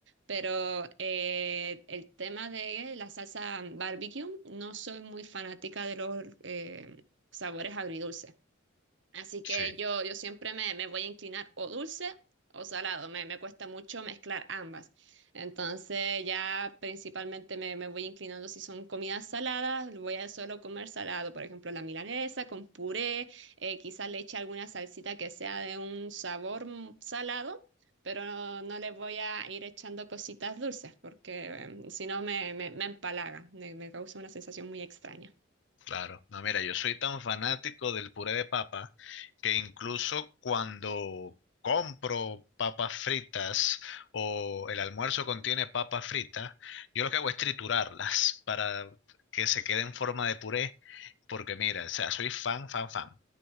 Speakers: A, on the right (about 60°); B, on the left (about 60°).
A: Pero eh, el tema de la salsa barbecue, no soy muy fanática de los eh, sabores agridulces. Así que
B: Sí.
A: yo, yo siempre me, me voy a inclinar o dulce o salado. Me, me cuesta mucho mezclar ambas. Entonces ya principalmente me, me voy inclinando si son comidas saladas, voy a solo comer salado. Por ejemplo, la milanesa con puré, eh, quizás le eche alguna salsita que sea de un sabor mm, salado. Pero no, no le voy a ir echando cositas dulces porque eh, si no me, me, me empalaga, me me causa una sensación muy extraña.
B: Claro, no, mira, yo soy tan fanático del puré de papa que incluso cuando compro papas fritas o el almuerzo contiene papas fritas, yo lo que hago es triturarlas para que se quede en forma de puré, porque mira, o sea, soy fan, fan, fan.